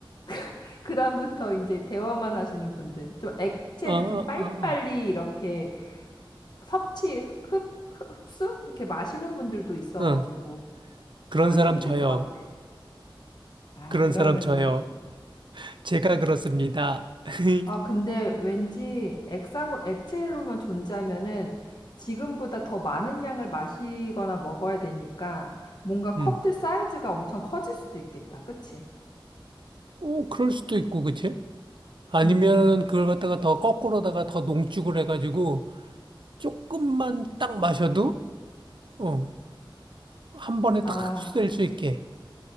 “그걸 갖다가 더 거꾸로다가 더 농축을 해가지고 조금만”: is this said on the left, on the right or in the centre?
Right